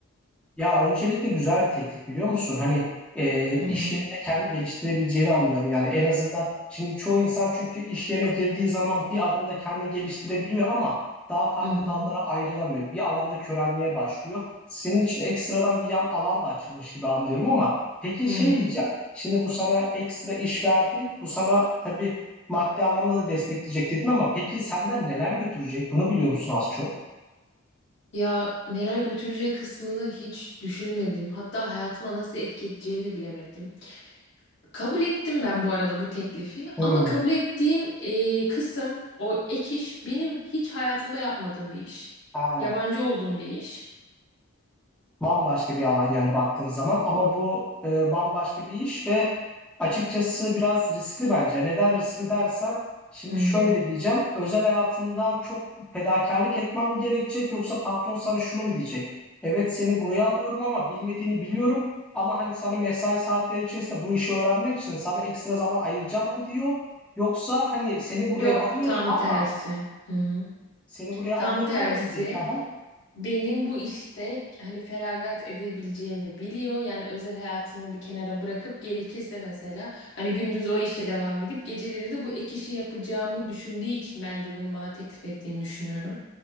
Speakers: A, in the centre; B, on the left (about 55°).
A: Ya öncelikle güzel bir teklif biliyor musun? Hani e,
B: Hı hı,
A: iş yerinde kendi geliştirebileceğini anlıyorum. Yani en azından şimdi çoğu insan çünkü iş yerine girdiği zaman bir adımda kendini geliştirebiliyor ama daha farklı
B: hı hı,
A: dallara ayrılamıyor. Bir alanda körelmeye başlıyor. Senin için ekstradan bir yan alan da açılmış gibi anlıyorum ama peki
B: hı
A: şey
B: hı.
A: diyeceğim. Şimdi bu sana ekstra iş verdi. Bu sana tabii maddi anlamda da destekleyecek dedin ama peki senden neler götürecek? Bunu biliyor musun az çok?
B: Ya neler götüreceği kısmını hiç düşünmedim. Hatta hayatıma nasıl etki edeceğini de bilemedim. Kabul ettim ben bu arada bu teklifi
A: Hmm.
B: ama kabul ettiğim e, kısım o ek iş benim hiç hayatımda yapmadığım bir iş.
A: Ha.
B: Yabancı olduğum bir iş.
A: Bambaşka bir alan yani baktığın zaman ama bu e, bambaşka bir iş ve açıkçası biraz riskli bence. Neden riskli dersen şimdi
B: Hı hı.
A: şöyle diyeceğim. Özel hayatından çok fedakarlık etmem mi gerekecek yoksa patron sana şunu mu diyecek? Evet seni buraya alıyorum ama bilmediğini biliyorum ama hani sana mesai saatleri içerisinde bu işi öğrenmen için sana ekstra zaman ayıracağım mı diyor. Yoksa hani seni buraya
B: Yok
A: alıyorum
B: tam
A: ama
B: tersi. Hı hı.
A: seni buraya
B: Tam
A: alıyorum
B: tersi
A: ama diyecek. <laughs>
B: benim bu işte hani feragat edebileceğimi biliyor. Yani özel hayatımı bir kenara bırakıp gerekirse mesela hani gündüz o işe devam edip geceleri de bu ek işi yapacağımı düşündüğü için bence bunu bana teklif ettiğini düşünüyorum.